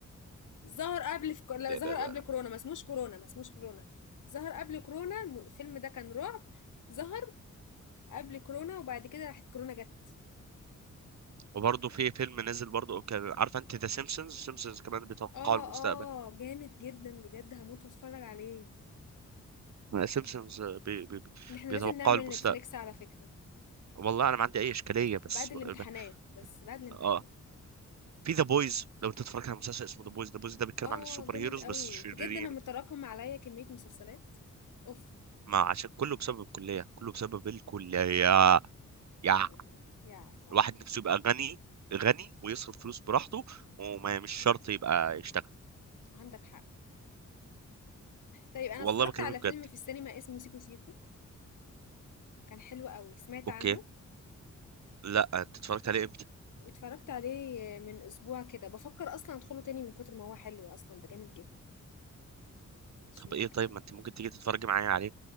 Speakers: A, on the left; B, on the right.
A: ظهر قبل في كو... لا
B: لا-
A: ظهر
B: لا- لا.
A: قبل كورونا ما اسموش كورونا ما اسموش كورونا ظهر قبل كورونا الم- الفيلم ده كان رعب ظهر قبل كورونا وبعد كده راحت كورونا جت
B: وبرضه في فيلم نازل برضه كان عارفه انت ذا سيمبسونز سيمبسونز كمان بيتوقعوا
A: اه
B: المستقبل
A: اه جامد جدا بجد هموت واتفرج عليه
B: سيمبسونز بي بي بي-
A: احنا لازم
B: بيتوقعوا
A: نعمل
B: المستقبل
A: نتفليكس على فكرة
B: والله انا ما عندي اي اشكاليه بس
A: بعد الامتحانات
B: ب...
A: بس بعد الامتحانات
B: اه في ذا بويز لو انت اتفرجت على مسلسل اسمه ذا بويز ذا بويز ده بيتكلم
A: اه
B: عن السوبر
A: جامد
B: هيروز
A: قوي
B: بس شريرين
A: بجد انا متراكم عليا كمية مسلسلات اوف
B: ما عشان كله بسبب الكليه كله بسبب الكليه يا
A: اه والله يا فعلا
B: الواحد نفسه يبقى غني غني ويصرف فلوس براحته وما مش شرط يبقى يشتغل
A: عندك حق طيب انا
B: والله
A: اتفرجت
B: بكلمك
A: على
B: بجد
A: فيلم في السينما اسمه سيكو سيكو كان حلو قوي سمعت
B: اوكي
A: عنه
B: لا انت اتفرجت عليه امتى
A: اتفرجت عليه من اسبوع كده بفكر اصلا ادخله تاني من كتر ما هو حلو اصلا ده جامد جدا مش
B: طب
A: ممكن
B: ايه طيب ما انت ممكن تيجي تتفرج معايا عليه